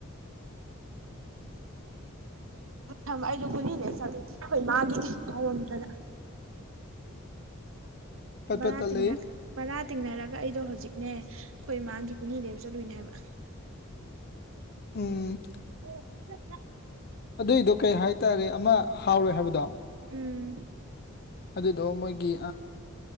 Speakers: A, on the right (about 65°); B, on the left (about 50°).
A: ꯑ ꯑꯩꯗꯣ ꯒꯨꯂꯤꯅꯦꯈꯣꯏ ꯃꯥꯒꯤ ꯄꯥꯎꯔꯝꯗꯅ
B: ꯄꯠ
A: ꯔ
B: ꯄꯠ ꯇꯠꯂꯦ
A: ꯇꯤꯡꯅꯕꯔꯥ ꯇꯤꯡꯅꯔꯛ ꯑꯩꯗꯣ ꯍꯧꯖꯤꯛꯅꯦ ꯑꯩꯈꯣꯏ ꯃꯥꯒꯤ ꯀꯨꯂꯤ ꯂꯩꯕ ꯆꯠꯂꯨꯏꯅꯦ ꯍꯥꯏꯕ
B: ꯎꯝ
A: ꯑꯣ ꯆ
B: ꯑꯗꯨꯏꯗꯣ ꯀꯩ ꯍꯥꯏꯇꯥꯔꯦ ꯑꯃ ꯍꯥꯎꯔꯣꯏ ꯍꯥꯏꯕꯗꯣ
A: ꯎꯝ
B: ꯑꯗꯨꯗꯣ ꯃꯣꯏꯒꯤ